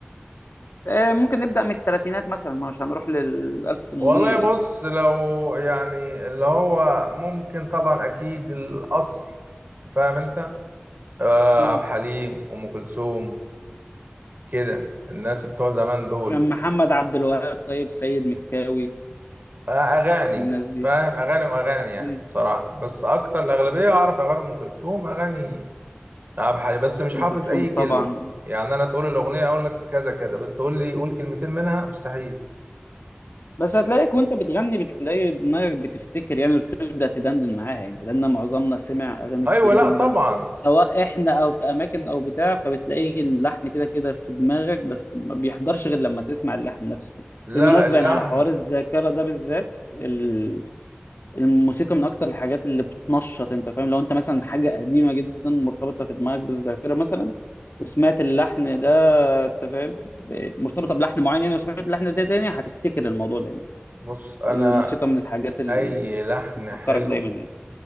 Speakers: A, on the left; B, on the right.
A: آه ممكن نبدأ من الثلاثينات مثلا مش هنروح لل 1800
B: والله بص
A: يعني
B: لو يعني اللي هو ممكن طبعا اكيد الاصل فاهم انت آه
A: مم.
B: عبد الحليم ام كلثوم كده الناس بتوع زمان دول
A: محمد عبد الوهاب طيب سيد مكاوي
B: آه اغاني
A: الناس دي
B: فاهم اغاني واغاني يعني
A: مم.
B: بصراحه بس اكتر الاغلبيه اعرف اغاني ام كلثوم اغاني ألعاب حالي بس مش حافظ
A: ام كلثوم
B: أي كلمة
A: طبعا
B: يعني أنا تقول الأغنية أقول لك كذا كذا بس تقول لي قول كلمتين منها مستحيل
A: بس هتلاقيك وانت بتغني بتلاقي دماغك بتفتكر يعني وبتبدأ تدندن معاها يعني لان معظمنا سمع اغاني
B: أيوة
A: كتير
B: لا
A: جدا
B: طبعا
A: سواء احنا او في اماكن او بتاع فبتلاقي اللحن كده كده في دماغك بس ما بيحضرش غير لما تسمع اللحن نفسه
B: لا
A: بالمناسبة
B: اللحن
A: يعني على حوار الذاكرة ده بالذات ال- الموسيقى من اكتر الحاجات اللي بتنشط انت فاهم لو انت مثلا حاجة قديمة جدا مرتبطة في دماغك بالذاكرة مثلا وسمعت اللحن ده انت فاهم ب- مرتبطة بلحن معين يعني وسمعت اللحن ده تاني هتفتكر الموضوع ده
B: بص أنا
A: الموسيقى من الحاجات اللي
B: أي لحن
A: بتفكرك
B: حلو
A: دايما يعني